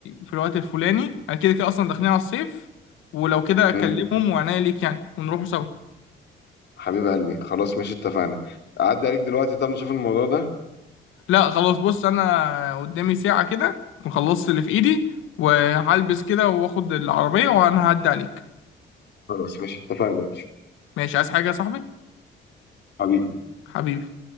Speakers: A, on the left; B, on the left.
A: في الوقت الفلاني انا كده كده اصلا داخلين على الصيف ولو كده اكلمهم
B: امم
A: وعناية ليك يعني ونروحوا سوا
B: حبيب قلبي خلاص ماشي اتفقنا اعدي عليك دلوقتي طب نشوف الموضوع ده
A: لا خلاص بص انا قدامي ساعة كده أكون خلصت اللي في ايدي وهلبس كده واخد العربية وانا هعدي عليك
B: خلاص ماشي اتفقنا يا باشا
A: ماشي عايز حاجة يا صاحبي
B: حبيبي
A: حبيبي